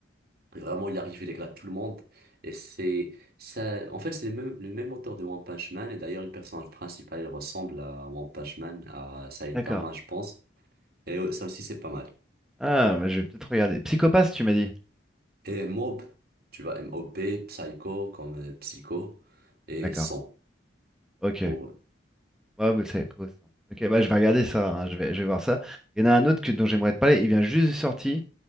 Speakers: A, on the right (about 55°); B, in the centre.
A: Vraiment, il arrive, il éclate tout le monde. Et c'est ça. En fait, c'est le même, le même auteur de One Punch Man. Et d'ailleurs, le personnage principal, il ressemble à One Punch Man, à Saitama,
B: D'accord.
A: je pense. Et euh, ça aussi, c'est pas mal.
B: Ah, bah, je vais peut-être regarder. Psychopathe, tu m'as dit.
A: Et Mob, tu vois, M-O-B, Psycho, comme euh, Psycho, et
B: D'accord.
A: Son,
B: Ok.
A: pour eux.
B: Ouais, mais c'est quoi ça? Ok, bah je vais regarder ça. hein, Je vais, je vais voir ça. Il y en a un autre que, dont j'aimerais te parler. Il vient juste de sortir.